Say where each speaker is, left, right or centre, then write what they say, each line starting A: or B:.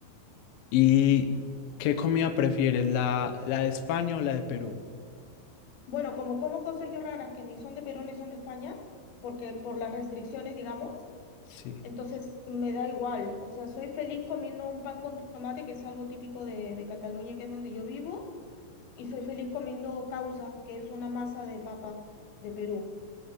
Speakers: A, on the left (about 85°); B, on the left (about 60°).
A: ¿Y qué comida prefieres, la, la de España o la de Perú?
B: Bueno, como como cosas yo raras que ni son de Perú ni son de España, porque por las restricciones, digamos.
A: Sí.
B: Entonces me da igual, o sea, soy feliz comiendo un pan con tomate, que es algo típico de, de Cataluña, que es donde yo vivo, y soy feliz comiendo causa, que es una masa de papa de Perú.